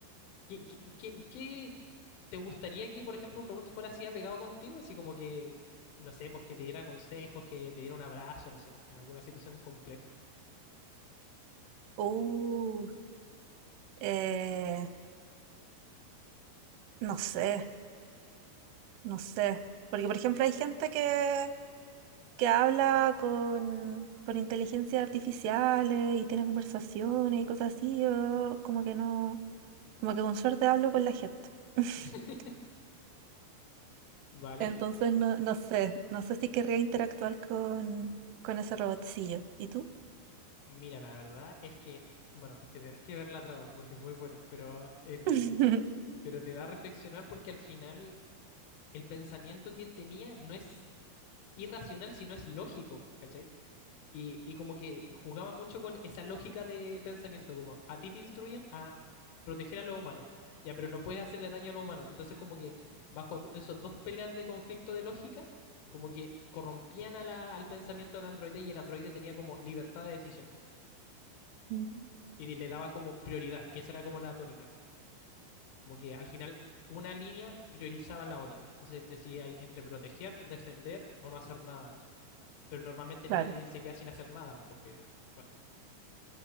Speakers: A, on the left (about 85°); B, on the right (about 85°).
A: ¿qué, qué- qué- qué te gustaría que, por ejemplo, un robot fuera así apegado contigo? Así como que, no sé, pues que te diera consejos, que te diera un abrazo, no sé, en alguna situación compleja.
B: Uh, eh, no sé, no sé. Porque, por ejemplo, hay gente que, que habla con, con inteligencias artificiales y tiene conversaciones y cosas así. Yo como que no, como que con suerte hablo con la gente. <laughs>
A: <laughs> Vale.
B: Entonces, no, no sé, no sé si querría interactuar con, con ese robotcillo. ¿Y tú?
A: Mira, la verdad es que, bueno, es que tenés que ver la trama porque es muy buena, pero en...
B: <laughs>
A: Pero te da a reflexionar porque al final el pensamiento que tenía no es irracional, sino es lógico, ¿cachai? Y, y como que jugaba mucho con esa lógica de pensamiento, como a ti te instruyen a proteger a los humanos, ya, pero no puedes hacerle daño a los humanos. Entonces como que bajo do- esos dos peleas de conflicto de lógica, como que corrompían a la- al pensamiento del androide y el androide tenía como libertad de decisión
B: Mm,
A: y le daba como prioridad, que esa era como la tónica. Como que al final una línea priorizaba la otra. Entonces decidía ahí entre proteger, defender o no hacer nada. Pero normalmente nadie
B: Claro.
A: se queda sin hacer nada po, porque, bueno,